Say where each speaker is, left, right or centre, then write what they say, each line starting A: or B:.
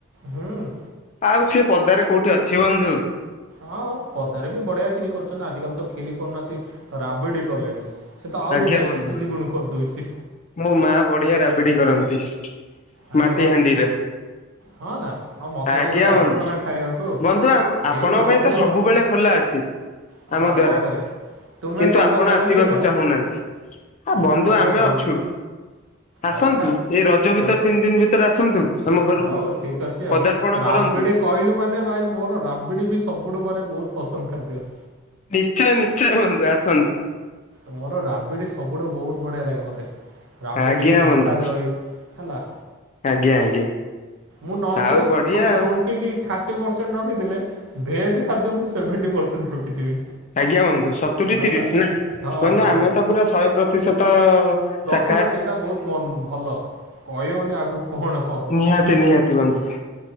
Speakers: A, on the right; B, on the left.
A: ହୁଁ।
B: ଆଉ ସେ ପଦାରେ କୋଉଠି ଅଛି ବନ୍ଧୁ?
A: ହଁ ପଦାରେ ବି ବଢିଆ କ୍ଷିରି କରୁଛନ୍ତି ଆଜିକାଲି ତ କ୍ଷିରି କରୁନାହାନ୍ତି ରାବିଡି କଲେଣି। ସେ ତ ଆହୁରି
B: ଆଜ୍ଞା
A: ଟେଷ୍ଟ
B: ବନ୍ଧୁ
A: ତିନି ଗୁଣ କରିଦଉଛି।
B: ମୋ ମା ବଢିଆ ରାବିଡି କରନ୍ତି
A: ଆରେ
B: ମାଟି
A: ବାଃ।
B: ହାଣ୍ଡିରେ।
A: ହଁ ନା ଆଉ ମୋତେ
B: ଆଜ୍ଞା
A: କେବେ ଡାକୁନ
B: ବନ୍ଧୁ
A: ନା ଖାଇବାକୁ
B: ବନ୍ଧୁ ଆପଣଙ୍କ
A: ଏଇ ବନ୍ଧୁ
B: ପାଇଁ ତ ସବୁବେଳେ
A: ଆଉ।
B: ଖୋଲା ଅଛି। ସେ
A: ଆଉ
B: ଆମ ଦ୍ଵାରା
A: କଣ କରିବା ତୁମେ
B: କିନ୍ତୁ
A: ସମୟ
B: ଆପଣ
A: ଦେଲେ
B: ଆସିବାକୁ
A: ସିନା
B: ଚାହୁଁନାହାନ୍ତି ଆ ବନ୍ଧୁ
A: ସମୟ
B: ଆମେ
A: ଦେଲେ
B: ଅ ଛୁ ଆସନ୍ତୁ
A: ଆଚ୍ଛା
B: ଏଇ ରଜ ଭିତରେ
A: ଆରେ
B: ତିନି ଦିନ ଭିତରେ ଆସନ୍ତୁ। ଆମ ଘରକୁ
A: ହଉ ଠିକ ଅଛି
B: ପଦାର୍ପଣ
A: ଆଉ ରାବିଡ
B: କରନ୍ତୁ
A: କହିଲୁ ମାନେ ଭାଇ ମୋର ରାବିଡ଼ି ବି ସବୁଠୁ ପରେ ବହୁତ ପସନ୍ଦ ଖାଦ୍ୟ
B: ନିଶ୍ଚୟ ନିଶ୍ଚୟ ବନ୍ଧୁ ଆସନ୍ତୁ।
A: ମୋର ରାବିଡ଼ି ସବୁଠୁ ବହୁତ ବଢ଼ିଆ ଲାଗେ ମୋତେ ରାବିଡ଼ି
B: ଆଜ୍ଞା
A: ମିଠା
B: ବନ୍ଧୁ
A: ଦହି ହେଲା।
B: ଆଜ୍ଞା ଆଜ୍ଞା।
A: ମୁଁ ନନଭେଜ୍
B: ଆଉ ବଢିଆ
A: ଟ୍ୱେଣ୍ଟି
B: ଆଉ
A: କି ଥାର୍ଟି ଟି ପରସେଣ୍ଟ ରଖିଥିଲେ ଭେଜ୍ ଖାଦ୍ୟ ମୁଁ ସେଭେଣ୍ଟି ପରସେଣ୍ଟ ରଖିଥିବି।
B: ଆଜ୍ଞା ବନ୍ଧୁ ସତୁରି
A: ହେଲା
B: ତିରିଶ ନା
A: ହଁ
B: ବନ୍ଧୁ
A: ହଁ
B: ଆମେ ତ ପୁରା ଶହେ ପ୍ରତିଶତ ସା
A: ଦେଖିଛ ସେଇଟା ବହୁତ ଭ ଭଲ କହଉନି ଆଗ କଣ ହବ
B: ନିହାତି ନିହାତି ବନ୍ଧୁ